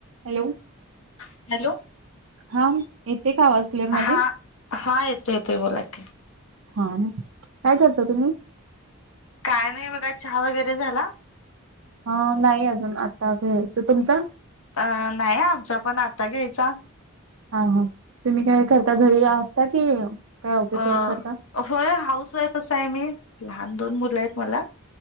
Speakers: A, on the right; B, on the left.
A: Hello!
B: Hello!
A: हा येते का आवाज क्लिअर
B: हा-
A: माझी?
B: हा येतोयं यं येतोयं बोला कि?
A: हा काय करता तुम्ही?
B: काय नाही बघा चहा वगैरे झाला.
A: ह नाही अजून आता घ्यायचं तुमचं?
B: अ नाही आमचा पण आता घ्यायचा.
A: हा हा तुम्ही काय करता घरी असता की? काय ऑफिस
B: अ
A: वर्क करता?
B: होय हाऊस वाईफ स आहे मी लहान दोन मुलं आहेत मला.